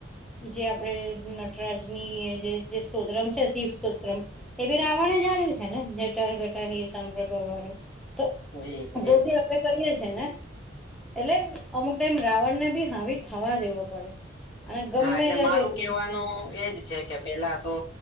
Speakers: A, in the centre; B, on the left (about 55°).
A: જે આપડે નટરાજની જે સ્ત્રમ છે શિવિવ સ્તોત્રમ એ રાવણે જાણ્યું છે ને જટા ઘટા સંપ્ર વાળું તો
B: જી જી
A: દો ત આપ કરીએ છે ને એટલે અમુક ટાઈમ રાવણને બી હાવી થવા દેવો પડે. અને ગમે
B: હા એટલે
A: ત્યાં
B: મારું
A: જોતું
B: કેવાનું એજ છે કે પેલા તો